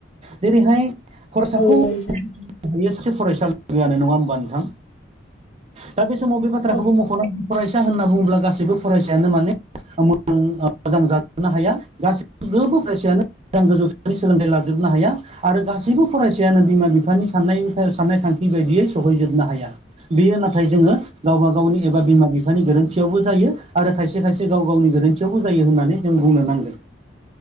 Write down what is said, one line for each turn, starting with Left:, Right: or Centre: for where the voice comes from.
Right: जेरैहाय खर'साखौ
Left: नंगौ नोंथां
Right: <unintelligible> एसे एफरायसालिआनो नङा होमबा नोंथां। दा बे समाव बे बाथ्राखौबो
Left: औ
Right: मख'नो फरायसा होनना बुङोब्ला गासैबो फरायसायानो माने ओ मोजां मोजां जाजोबनो हाया गासैबो गोबौ फरायसायानो मोजां गोजौ सोलोंथाइ लाजोबनो हाया। आरो गासैबो फरायसायानो बिमा-बिफानि साननाय साननाय थांखि बायदियै सहैजोबनो हाया। बेयो नाथाय जोङो गावबा गावनि एबा बिमा बिफानि गोरो न्थियावबो जायो आरो खायसे खायसे गाव गावनि गोरोन्थियावबो जायो होननानै जों बुंनो नांगोन।